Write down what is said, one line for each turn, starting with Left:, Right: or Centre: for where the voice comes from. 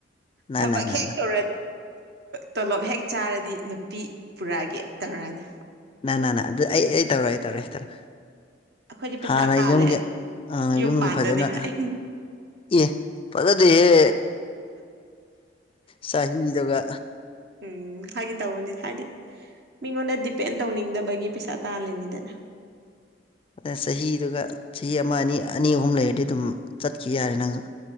Left: ꯅ
Right: ꯊꯕꯛ
Left: ꯅ ꯅ
Right: ꯍꯦꯛ
Left: ꯅ
Right: ꯇꯧꯔ ꯇꯣꯂꯣꯞ ꯍꯦꯛ ꯆꯥꯔꯗꯤ ꯅꯨꯄꯤ ꯄꯨꯔꯛꯒꯦ ꯇꯧꯔꯅꯤ
Left: ꯅ ꯅ ꯅ ꯑꯗꯨ ꯑꯩ ꯇꯧꯔꫭꯏ ꯑꯩ ꯇꯧꯔꫭꯏ ꯑꯩ ꯇꯧꯔꫭꯏ
Right: ꯑꯩꯈꯣꯏꯗꯤ ꯄꯩꯁꯥ
Left: ꯍꯥꯟꯅ
Right: ꯇꯥꯜꯂꯦ
Left: ꯌꯨꯝꯒꯤ
Right: ꯌꯨꯝ
Left: ꯌꯨꯝꯒꯤ
Right: ꯄꯥꯟꯗꯅꯤꯡꯉꯥꯏ
Left: ꯐꯖꯅ ꯏ ꯐꯖꯗꯤꯍꯦ ꯆꯍꯤꯗꯨꯒ
Right: ꯎꯝ ꯍꯥꯏꯒꯦ ꯇꯧꯕꯅꯤ ꯍꯥꯏꯗꯤ ꯃꯤꯉꯣꯟꯗ ꯗꯤꯄꯦꯟ ꯇꯧꯅꯤꯡꯗꯕꯒꯤ ꯄꯩꯁꯥ ꯇꯥꯜꯂꯤꯅꯤꯗꯅ
Left: ꯑꯗꯨꯗ ꯆꯍꯤꯗꯨꯒ ꯆꯍꯤ ꯑꯃ ꯑꯅꯤ ꯑꯅꯤ ꯑꯍꯨꯝ ꯂꯩꯔꯗꯤ ꯑꯗꯨꯝ ꯆꯠꯈꯤ ꯌꯥꯔꯦ ꯅꯪꯁꯨ